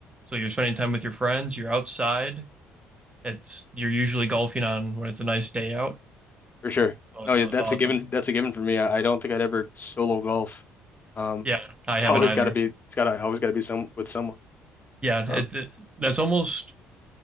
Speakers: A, on the right; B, on the left.
A: so you're spending time with your friends. You're outside. It's you're usually golfing on when it's a nice day out.
B: for sure.
A: So
B: No,
A: it's,
B: yeah,
A: so
B: that's
A: it's awesome.
B: a given. That's a given for me. I, I don't think I'd ever solo golf. Um,
A: Yeah, I
B: it's
A: haven't
B: always
A: either.
B: got to be. It's got to always got to be some with someone.
A: Yeah,
B: Um,
A: it, it, that's almost